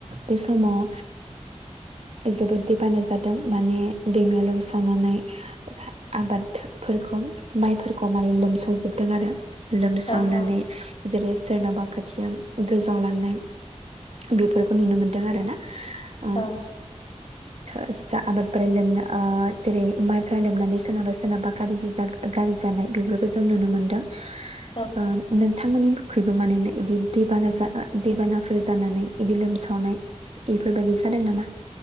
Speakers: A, on the right; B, on the left.
A: बे समाव जोबोद दैबाना जादों माने दैमायाव लोम सावनानै आबादफोरखौ माइफोरखौ माने लोमसावजोबदों आरो लोमसावनानै
B: औ
A: जेरै सोरनाबा खोथिया गोजावलांनाय बेफोरखौ नुनो मोनदों आरो ना ओम
B: औ
A: <unintelligible> आबादफोरा लोमना आ जेरै माइफ्रा लोमनानै सोरनाबा सोरनाबा गाज्रि जागो गाज्रि जानाय बेफोरखौ जों नुनो मोनदों
B: <inaudible>
A: ओ नोंथांमोननि खैबो मानोना इदि दैबाना जा दैबानाफोर जानानै इदि लोमसावनाय बेफोरबायदि जादों नामा?